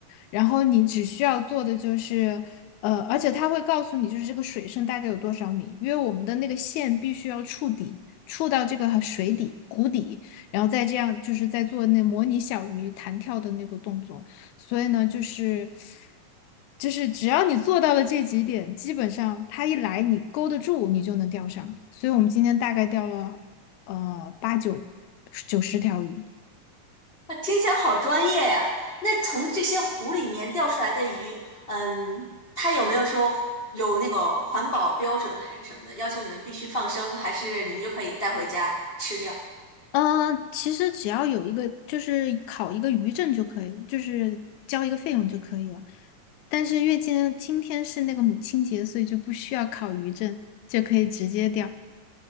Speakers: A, on the left; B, on the left.
A: 然后你只需要做的就是，呃，而且它会告诉你，就是这个水深大概有多少米，因为我们的那个线必须要触底，触到这个水底、湖底，然后再这样就是在做那模拟小鱼弹跳的那个动作。所以呢，就是就是只要你做到了这几点，基本上它一来你勾得住，你就能钓上。所以我们今天大概钓了呃八九九十条鱼。
B: 那听起来好专业呀。那从这些湖里面钓出来的鱼，嗯，它有没有说有那个环保标准还是什么的，要求你们必须放生，还是你们就可以带回家吃掉？
A: 嗯，其实只要有一个，就是考一个渔证就可以了，就是交一个费用就可以了。但是月经今天是那个母亲节，所以就不需要考渔证，就可以直接掉。